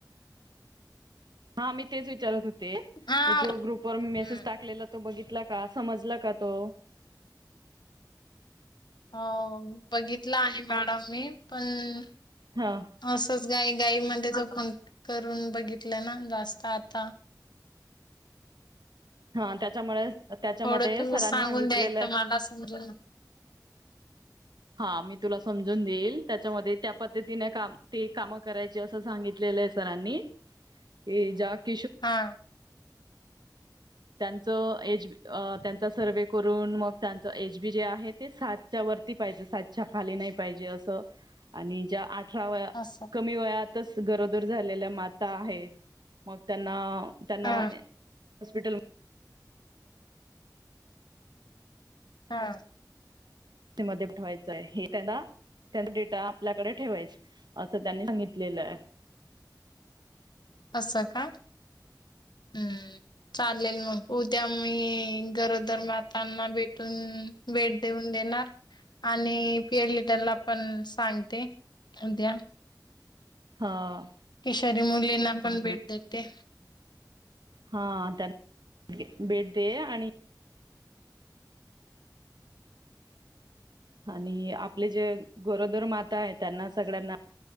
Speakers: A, on the right (about 75°); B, on the left (about 80°).
A: हा मी तेच विचारत होते.
B: हा
A: ते जो ग्रुप वर मी मेसेज
B: हम्म.
A: टाकलेला तो बघीतला. तुला का समजला का तो.
B: हो बघितलं आहे मॅडम मी पण.
A: हा
B: असच गाई गाई मण. पण करून बघितलं ना जास्त आता.
A: हा त्याच्यामुळेच तर त्याच्यामध्ये
B: थोडं तुम्ही
A: सरांनी
B: सांगून
A: सांगितलेलं,
B: द्यायचं मला समजून
A: हा मी तुला समजून देईल त्याच्यामध्ये त्या पद्धती तिने काम ते कामं कराय जस सांगितलेलय सरांनी इइ ज्या <inaudible>
B: हा
A: त्यांच एज अ त्यांचा सर्वे करून मग त्यांच एज बी जे आहे ते सातच्या वरती पाहिजे सातच्या खाली नाही पाहिजे अस आणि ज्या आठ अठरा व
B: असं
A: कमी वयात तस गरोदर झालेल्या माता आहेत मग त्यांना त्यांना
B: हा
A: अअ हॉस्पिटल <inaudible> <inaudible> <inaudible>
B: हा
A: मध्येे ठेवायचंय हे त्यांना त्यांना डेटा आपल्याकडे ठेवायच असं त्यांनी सांगितलेलं आहे
B: असं का हम् चालेल मग उद्या मी गरोदर मातांना भेटून भेट देऊन देणार आणि पिर लिटरला पण सांगते उद्या
A: हाआआ
B: केेशोरी मुलींना पण भेट देते.
A: हा त्यांना भेट दे आणि आणि आपले जे गरोदर माता आहे त्यांना सगळ्यांना